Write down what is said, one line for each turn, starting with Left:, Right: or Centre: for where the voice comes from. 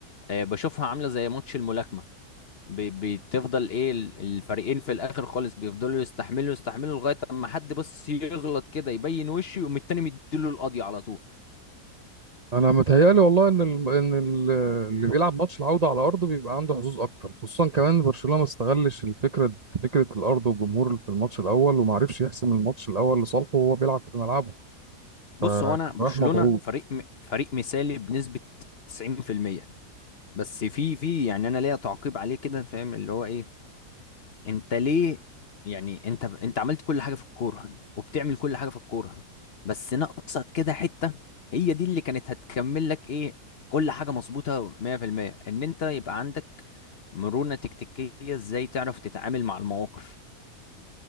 Left: آه، بشوفها عاملة زي ماتش الملاكمة بي- بتفضل ايه ال- الفريقين في الاخر خالص بيفضلوا يستحملوا يستحملوا لغايه اما حد بس يغلط كده يبين وشه يقوم التاني مديله القضية على طول
Right: انا متهيألي والله ان ال... ان ال... اللي بيلعب ماتش العوده على ارضه بيبقى عنده حظوظ اكتر خصوصا كمان برشلونه ما استغلش الفكره فكره الارض والجمهور في الماتش الاول وما عرفش يحسم الماتش الاول لصالحه وهو بيلعب في ملعبه
Left: بص
Right: فكان
Left: هو انا برشلونه
Right: رايح مضغوط
Left: فريق م... فريق مثالي بنسبه 90% بس في في يعني انا ليا تعقيب عليه كده فاهم اللي هو ايه انت ليه يعني انت انت عملت كل حاجه في الكوره وبتعمل كل حاجه في الكوره بس ناقصك كده حته هي دي اللي كانت هتكمل لك ايه كل حاجه مظبوطه 100% ان انت يبقى عندك مرونه تكتيكيه ازاي تعرف تتعامل مع المواقف